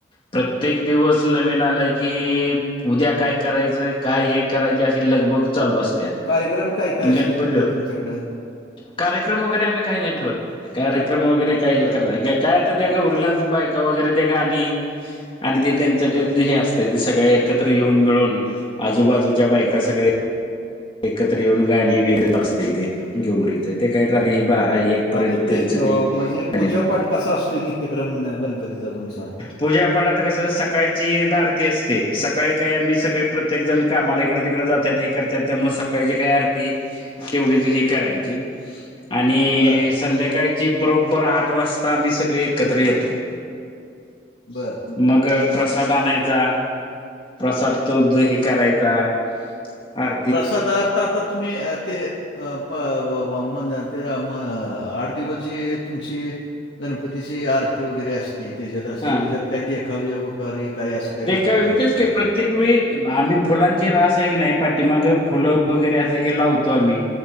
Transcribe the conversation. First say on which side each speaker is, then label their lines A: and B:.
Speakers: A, on the left; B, on the left.
A: प्रत्येक दिवस नवीन आला की उद्या काय करायचं काय हे करायच अशी लगबग चालू असते त्या
B: कार्यक्रम काय काय असते
A: गणपती
B: तिथं तुमच्याकडे
A: कार्यक्रम वगैरे आम्ही काही नाही ठेवत. कार्यक्रम वगैरे काय हे
B: बर
A: करणार का काय आता त्या गौरीलाच बायका वगैरे ते गाणी आणि ते त्यांचं
B: बर
A: ते हे असत त सगळे एकत्र येऊन मिळून आजूबाजूच्या बायका सगळे एकत्र येऊन गाणी बिनी असत इथे गौरीच ते काही रात्री बारा एक पर्यंत
B: आता ते
A: त्यांचं ती गाण्याचं
B: म्हणजे पूजापाठ कसा असतोय नित्यक्रम गणपतीचा तुमचा?
A: पूजापाठ आता कसं सकाळची एकदा आरती असते सकाळी काय आम्ही सगळे प्रत्येक जण कामाला इकडे तिकडे जातो. ते हे करत्यात त्यामुळ सकाळची काही आरती तेवढीच ही करायची. आणि
B: बर
A: संध्याकाळी ती बरोबर आठ वाजता आम्ही सगळे एकत्र येतो.
B: बरं.
A: मग प्रसाद आणायचा प्रसाद तो द हे करायचा. अर
B: प्रसादात आता तुम्ही ते अ म ते आठ दिवस जे तुमची गणपतीची आरती वगैरे असते त्याच्यात असते
A: हा
B: त्याच्यात काही देखावे री काही असं काही
A: देखावे
B: करता का
A: मग
B: तिथे
A: तेच की
B: घरात
A: प्रत्येक
B: काही
A: वेळी आम्ही फुलांची रास आहे की नाही पाठीमाग फुलं वगैरे असं हे लावतो आम्ही.